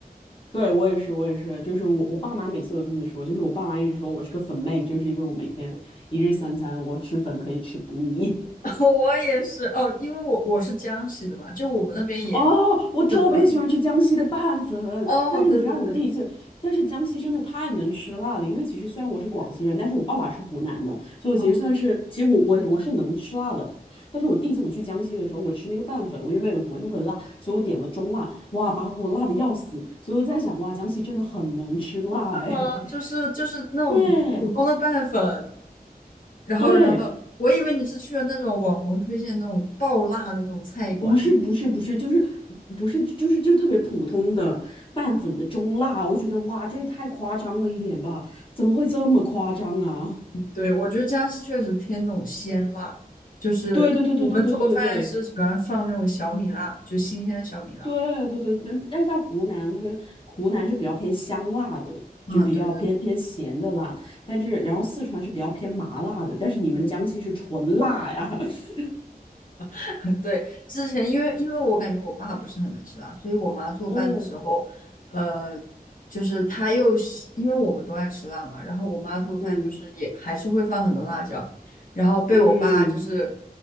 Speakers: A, on the left (about 35°); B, on the left (about 60°).
A: 对，我也是，我也是，就是我，我爸妈每次都这么说，就是我爸妈一直说我是个粉妹，就是因为我每天一日三餐我吃粉可以吃不腻。
B: <laughs> 我也是哦，因为我我是江西的嘛，就我们那边也
A: <laughs> 哦，我特别喜欢吃江西的拌粉，
B: 吃粉。哦，
A: 但是你知道我第一次，
B: 对对对
A: 但是江西真的太能吃辣了，因为其实虽然我是广西人，
B: 对对，
A: 但是我爸爸是湖南的，所以我其实算是，
B: 哦，
A: 其实我我我是能吃辣的，但是我第一次我去江西的时候，我吃那个拌粉，我原本以为不会那么辣，所以我点了中辣，哇，把我辣的要死，所以我在想，哇，江西真的很能吃辣哎，
B: 那么就是就是那种普通的拌粉，
A: <laughs> 对。
B: 然后，
A: 对，
B: 然后我以为你是去了那种网红推荐那种爆辣的那种菜馆。
A: 不是不是不是，就是不是就是就特别普通的拌粉的中辣，我觉得哇，这也太夸张了一点吧？怎么会这么夸张啊？<laughs>
B: 对，我觉得江西确实偏那种鲜辣，就是我们做饭是喜欢放那种小米辣，
A: 对对对对对对对对对
B: 就新鲜的小米辣。
A: 对对对，但但像湖南跟湖南是比较偏香辣的，
B: 啊，
A: 就比较偏偏咸的辣，
B: 对对
A: 但是然后四川是比较偏麻辣的，但是你们江西是纯辣呀，
B: 对，
A: <laughs>
B: <laughs> 对，之前因为因为我感觉我爸不是很能吃辣，所以我妈做饭的时候，
A: 嗯。
B: 呃，就是她又是因为我们都爱吃辣嘛，然后我妈做饭就是也还是会放很多辣椒，
A: 嗯
B: 然后被我爸就是
A: 嗯